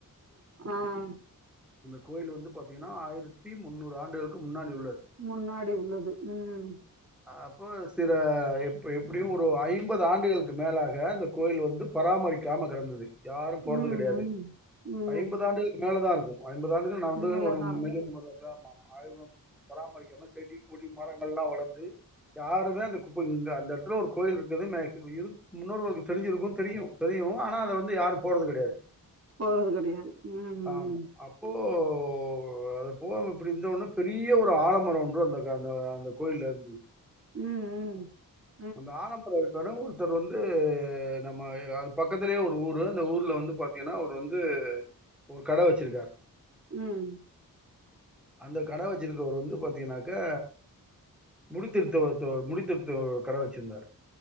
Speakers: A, on the right; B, in the centre.
A: ஆஹ்
B: இந்த கோயில் வந்து பாத்தீங்கன்னா ஆயிரத்தி முன்னூறு ஆண்டுகளுக்கு முன்னாடி உள்ளது
A: முன்னாடி உள்ளது உம்
B: அப்போ சில எப்ப எப்டியு ஒரு ஐம்பது ஆண்டுகளுக்கு மேலாக அந்த கோயில் வந்து பராமரிக்காம கெடந்தது யாரும் போறது
A: ம்
B: கெடையாது
A: ம் ம்
B: ஐம்பது ஆண்டுகளுக்கு மேல தா இருக்கு ஐம்பதாண்டுக்கு நா வந்து
A: மேலதா
B: ஒரு
A: இருக்கு
B: மீடியம் முதாமாத் ஆய் பராமரிக்காம செடி கொடி மரங்கள் எல்லா வளர்ந்து யாருமே அந்த குப்பங் அந்த இடத்துல ஒரு கோயில் இருக்கிறது மேக்சிமம் இது முன்னோர்களுக்கு தெரிஞ்சிருக்கும் தெரியு தெரியு ஆனா அத வந்து யாரு போறது கெடையாது
A: போறது கெடையாது ம்
B: ஆம்
A: ம்
B: அப்போ இப்போ அது போக இப்டி இருந்தொன பெரிய ஒரு ஆலமரம் ஒன்று அந்த அந்த கோயிலல இருந்து
A: உம் உம்
B: அந்த ஆலம்பர இருக் கட ஒருத்தர் வந்து நம்ம அது பக்கத்திலயே ஒரு ஊரு அந்த ஊர்ல வந்து பாத்தீங்கன்னா அவர் வந்து ஒரு கட வச்சிருக்காரு
A: உம்
B: அந்த கட வச்சிருக்கவர் வந்து பாத்தீங்கன்னாக்கா முடித்துவத்து முடித்திருத்து கட வச்சர்ந்தார்